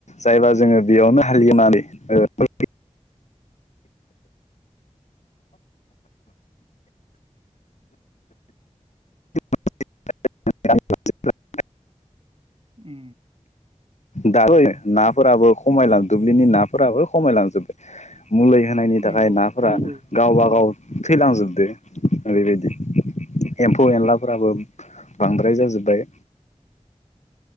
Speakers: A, on the left (about 65°); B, on the right (about 45°).
A: जायबा जोङो बेयावनो हालियोनानै <unintelligible> <inaudible>
B: उ
A: दा बै नाफोराबो खमायलां दुब्लिनि नाफोराबो खमायलांजोबबाय मुलि होनायनि थाखाय
B: नंगौ
A: नाफोरा
B: नंगौ
A: गावब गाव थैलांजोबद ओरैबायदि एम्फौ एनलाफोराबो बांद्राय जाजोब्बाय